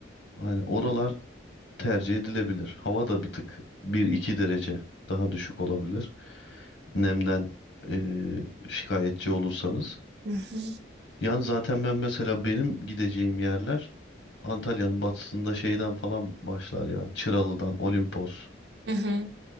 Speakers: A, on the left; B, on the right.
A: Aynen oralar tercih edilebilir. Hava da bir tık bir iki derece daha düşük olabilir. nemden eee, şikayetçi olursanız.
B: Hı hı.
A: Yani zaten ben mesela benim gideceğim yerler Antalya'nın batısında şeyden falan başlar yani. Çıralı'dan, Olimpos.
B: Hı hı.